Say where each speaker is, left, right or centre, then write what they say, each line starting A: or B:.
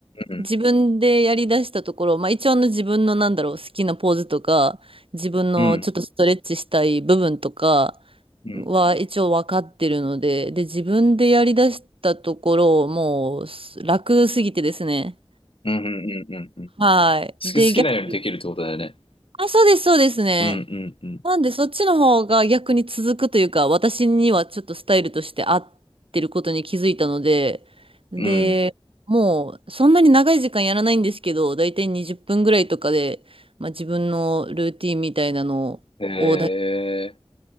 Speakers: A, on the left (about 70°); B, on the right (about 70°).
A: うん。
B: 自分でやり出したところ、まあ一応あの自分のなんだろう、好きなポーズとか、自分のちょっとストレッチしたい部分とか
A: うん。うん。
B: は一応分かってるので、で、自分でやり出したところ、もう楽すぎてですね。
A: うんうんうんうん。好
B: はい。
A: き、
B: で、
A: 好きなようにできるってことだよね。
B: 逆、あ、そうです、そうですね。
A: うんうんうん。
B: なんで、そっちの方が逆に続くというか、私にはちょっとスタイルとして合ってることに気づいたので、で、
A: うん。
B: もう、そんなに長い時間やらないんですけど、だいたい20分ぐらいとかで、まあ、自分のルーティンみたいなのをだ、
A: へえ。